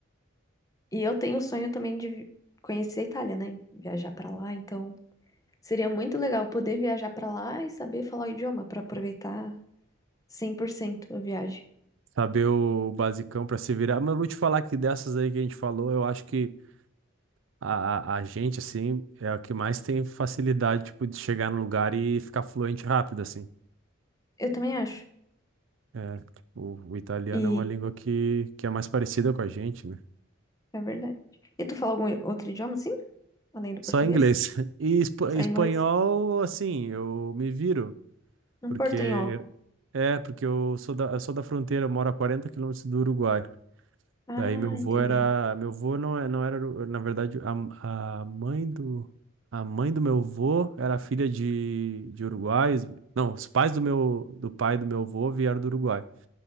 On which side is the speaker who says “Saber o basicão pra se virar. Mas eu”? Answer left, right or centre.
Right